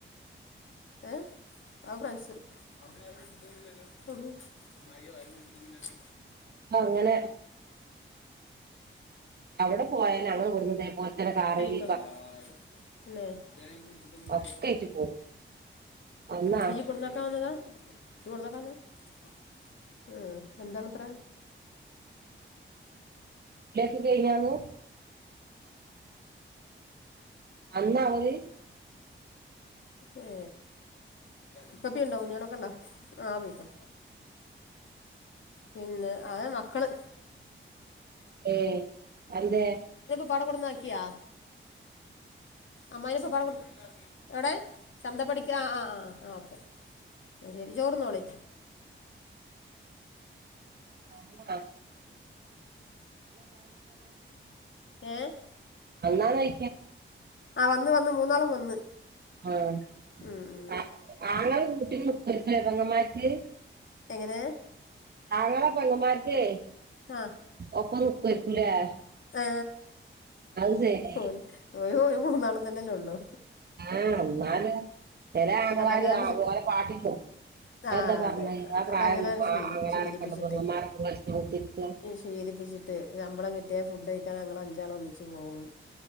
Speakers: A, on the left (about 70°); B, on the right (about 50°).
A: ഏ അഹ്ഫ്രണ്ട്‌സ് ഔട്ന്ന് ആരും എട്തിട്ടൊന്നുലല്ലോ ഔട്ന്ന് അമ്മായി ആരും എട്ത്ട്ടൊന്നുലല്ലോ
B: അപ്പ അങ്ങനെ അവടെ പോയാല് ഞങ്ങള് ഇവ്ട്ന്ന് ഇതെ പ്പോലെതന്നെ കാറ്ല്
A: എല്ലാരും തന്നെ ഇതെവരെ കുളിച്ചിട്ടൊന്നുലല്ലോ
B: ഒക്കായിട്ട് പോകും അന്ന്
A: നീ കൊണന്നാക്കാൻ വന്നതാ കൊണന്നാക്കാൻ വന്നതാ ആഹ എന്താണിത്ര
B: എല്ലാർക്കും കഴിഞ്ഞാണു അന്നാ അവര്
A: ഏ ഇപ്പപ്പി കുഞ്ഞാനൊക്കെ ഇണ്ടോ ആഹ പോയിക്ക്ണ് പിന്നെ അഹ് മക്കള്
B: ഏ എന്തേ
A: പാട കൊണ്ടന്നാക്ക്യോ അമ്മായിടെ സ്വഭാവം എടെ ചന്ത പഠിക്ക ആ ആ ആ ആ ഓക്കെ ശരി ചോറ്ന്നോളി
B: തന്നെ
A: ഏ
B: എന്നാണയ്
A: ആ വന്ന് വന്ന് മൂന്നാളും വന്ന്
B: ആഹ
A: ഉം ഉം
B: ആ ആളെ മുഊട്ട മുക്കക്കപെ ങ്ങമാർക്ക്
A: എങ്ങനെ
B: അങ്ങളേം പെങ്ങമ്മാർക്കേ
A: ആ
B: <unintelligible>
A: ആ
B: അത് ശരി
A: ഒരു ഒരു ഒരു മൂന്നാളും തന്നെല്ലേ ഉള്ളു
B: ആ എന്നല് ചില ആങ്ങളമാര്
A: അതങ്ങനെയാണ്
B: ആ
A: ശീ
B: പോ ഓലെ പാട്ടിക്ക് പോകും അ
A: ആഹ്
B: എന്താ പറഞ്ഞ
A: അതെ
B: ആ പ്രായം
A: അതങ്ങനെയാണ് ശീലി
B: ആങ്ങള
A: ശീലിപ്പിച്ചിട്ടേ
B: രൊക്കെണ്ടപെങ്ങളെമാരിക്ക കുത്തിയിരിക്ക
A: ശീലിപ്പിച്ചിട്ട് ശമ്പളം കിട്ടിയാ ഫുഡ് കഴിക്കാൻ ഞങ്ങൾ അഞ്ചാൾ ഒന്നിച്ച് പോവും